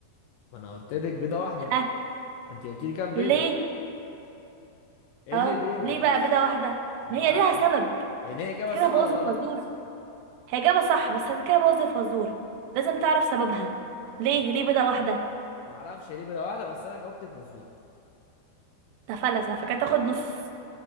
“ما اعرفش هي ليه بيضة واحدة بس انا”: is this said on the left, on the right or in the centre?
Left